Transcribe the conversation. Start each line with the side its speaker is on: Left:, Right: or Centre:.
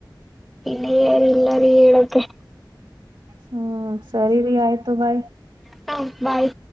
Centre: ಇಲ್ಲಿ ಎಲ್ಲಾರ ಹೇಲೋದಷ್ಟೇ
Right: ಹ್ಮ್ ಸರಿರಿ ಆಯ್ತು ಬಾಯ್
Centre: ಹ ಬಾಯ್